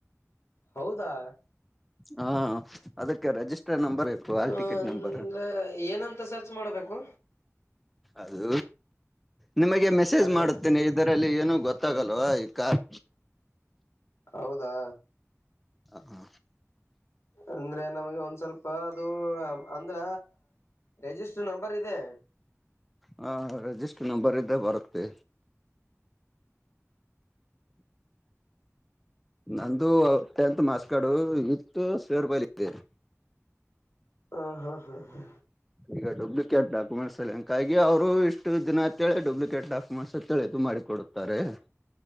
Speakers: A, on the left; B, in the centre.
A: ಹೌದಾ.
B: ಹಾ ಅದಕ್ಕೆ ರೆಜಿಸ್ ನಂಬರ್ <unintelligible>
A: ಹ
B: ಹಾಲ್ ಟಿಕೆಟ್
A: ಅಂದ್ರೆ
B: ನಂಬರ್.
A: ಏನಂತ ಸರ್ಚ್ ಮಾಡಬೇಕು
B: ಅದು ನಿಮಗೆ ಮೆಸೇಜ್
A: ಹಲೋ
B: ಮಾಡುತ್ತೇನೆ ಇದರಲ್ಲಿ ಏನು ಗೊತ್ತಾಗಲ್ವಾ ಈ ಕಾರ್
A: ಹೌದಾ.
B: ಹ ಹಾ.
A: ಅಂದ್ರೆ ನಮ್ಗೆ ಒಂದ್ ಸ್ವಲ್ಪ ಅದು ಅಂದ್ರ. ರಿಜಿಸ್ಟರ್ ನಂಬರ್ ಇದೆ.
B: ಹಾ ರಿಜಿಸ್ಟರ್ ನಂಬರ್ ಇದ್ದ ಬರುತ್ತೆ. ನಂದು ಟೆಂತ್ ಮಾರ್ಕ್ಸ್ ಕಾರ್ಡ್ ಇತ್ತು <unintelligible>
A: ಹಾ ಹಾ ಹಾ ಹಾ.
B: ಈಗ ಡುಪ್ಲಿಕೇಟ್ ಡಾಕ್ಯುಮೆಂಟ್ಸಲ್ಲಿ ಹಂಗಾಗಿ ಅವರು ಇಷ್ಟು ದಿನ ಅಂತೇಳ ಡುಪ್ಲಿಕೇಟ್ ಡಾಕ್ಯುಮೆಂಟ್ಸ್ ಅಂತೇಳಿ ಇದು ಮಾಡಿ ಕೊಡ್ <unintelligible>